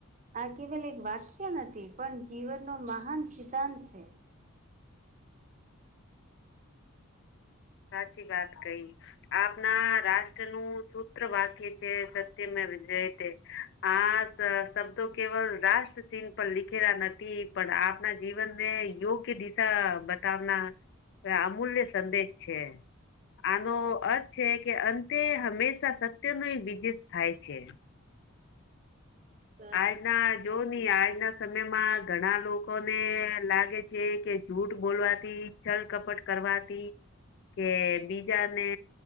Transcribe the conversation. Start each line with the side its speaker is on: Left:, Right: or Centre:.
Right: આ કેવલ એક વાક્ય નથી પણ જીવનનો મહાન સિદ્ધાંત છે.
Left: સાચી વાત કઈ. આપના રાષ્ટ્ર નું સૂત્ર વાક્ય છે સત્ય મેવ જયતે. આ શબ્દો કેવલ રાષ્ટ્રસિંહ પર લીખેલા નથી પણ આપના જીવનને યોગ્ય કે દિશા બતાવના અમૂલ્ય સંદેશ છે. આનો અર્થ છે કે અંતે હંમેશા સત્ય નો વિજત થાય છે.
Right: સાચી
Left: આજના જો
Right: સાચી
Left: ની
Right: વાત
Left: આજના સમયમાં ઘણા લોકોને લાગે છે કે જૂઠ બોલવાથી છલ કપટ કરવાથી કે બીજાને